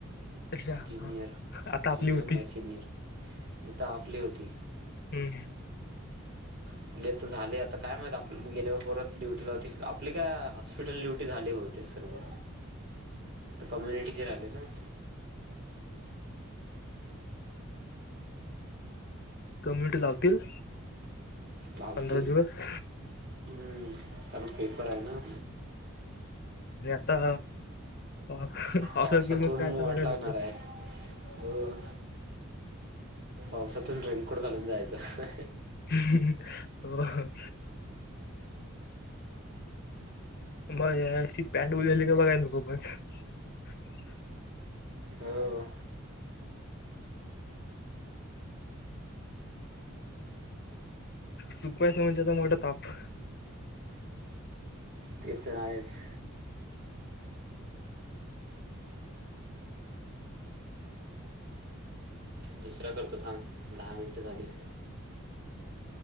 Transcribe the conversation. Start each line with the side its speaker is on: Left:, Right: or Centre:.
Left: अच्छा हा,
Right: जुनियर,
Left: आता आपली
Right: जुनियर
Left: होती
Right: नाही सिनियर नाही तर आपली होती.
Left: हम्
Right: आपले आता झाले आता काय माहित आपन गेल्यावर परत ड्युटी लावतील आपली काय हॉस्पिटल ड्युटी झाली बहुतेक सर्व कम्युनिटी. आले ना,
Left: कम्युनिटी लावतील.
Right: लावतील.
Left: पंधरा दिवस
Right: हम्म कारण पेपर आहे ना.
Left: आणि आता <unintelligible>
Right: पावसातून वाट
Left: बघाय
Right: लागणार
Left: नको.
Right: आहे हो, पावसातून रेनकोट घालून जायचं.
Left: होय होय <unintelligible>
Right: हो
Left: सुकवायचं म्हणजे कसा मोठा ताप.
Right: ते तर आहेच. दुसरा करतो थांब दहा झाली.